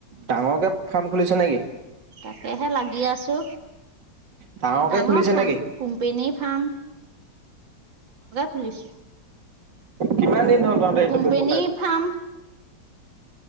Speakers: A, on the right; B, on the right.
A: ডাঙৰকে ফাৰ্ম খুলিছে নেকি?
B: তাকেহে লাগি আছো।
A: ডাঙৰকে
B: ডাঙৰ
A: খুলিছে
B: ফাৰ্ম,
A: নেকি?
B: কোম্পেনীৰ ফাৰ্ম। খুলিছোঁ।
A: কিমান দিন হ'ল তহঁতে এইটো
B: কোম্পানীৰ
A: ব্যৱসায়
B: ফাৰ্ম।